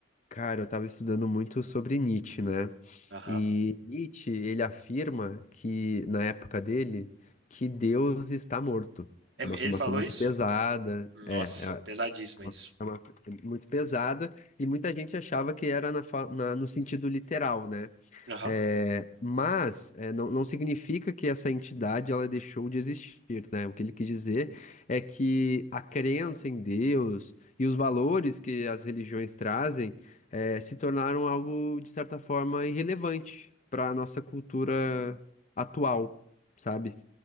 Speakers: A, on the left; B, on the right.
A: Cara, eu tava estudando muito sobre Nietzsche, né?
B: Aham.
A: E Nietzsche, ele afirma que, na época dele, que Deus está morto.
B: É
A: É
B: ele
A: uma afirmação
B: falou
A: muito
B: isso?
A: pesada,
B: Nossa,
A: é, é
B: pesadíssimo
A: uma,
B: é isso.
A: é uma- muito pesada, e muita gente achava que era na fa- na- no sentido literal, né?
B: Aham.
A: É, mas é, não, não significa que essa entidade ela deixou de existir, né? O que ele quis dizer é que a crença em Deus e os valores que as religiões trazem é, se tornaram algo, de certa forma, irrelevante para a nossa cultura atual, sabe?